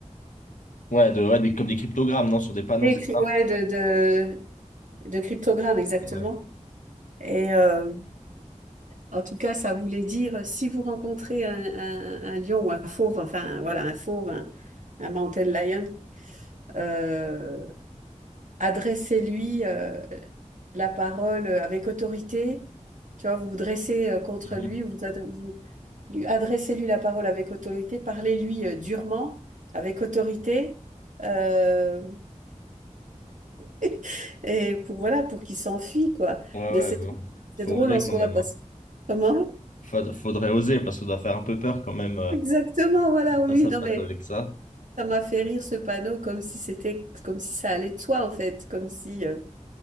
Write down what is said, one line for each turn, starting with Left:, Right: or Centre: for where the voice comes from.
Left: ouais, de, ouais, des- comme des cryptogrammes, non, sur des panneaux,
Right: Des
Left: c'est
Right: cry-
Left: ça?
Right: ouais, de, de, de cryptogramme, exactement.
Left: Ouais,
Right: Et euh, en tout cas, ça voulait dire, si vous rencontrez un, un- un lion ou un fauve, enfin voilà, un fauve, un, un mountain lion, euh, adressez-lui euh, la parole avec autorité. Tu vois, vous vous dressez euh, contre
Left: Mhm.
Right: lui, vous, adre- vous lui- adressez-lui la parole avec autorité, parlez-lui euh, durement, avec autorité. euh, <laughs> Et pour, voilà, pour qu'il s'enfuit, quoi.
Left: Ouais, ouais,
Right: Mais c'est
Left: bon,
Right: c'est
Left: faut
Right: drôle
Left: oser
Right: en soi,
Left: quand même,
Right: parce
Left: hein.
Right: que... Comment?
Left: Faud- Faudrait oser parce qu'on doit faire un peu peur quand même
Right: <laughs>
Left: euh,
Right: Exactement, voilà, oui,
Left: face
Right: oui,
Left: à
Right: non,
Left: face
Right: mais
Left: avec ça.
Right: ça m'a fait rire ce panneau, comme si c'était, comme si ça allait de soi, en fait, comme si... euh,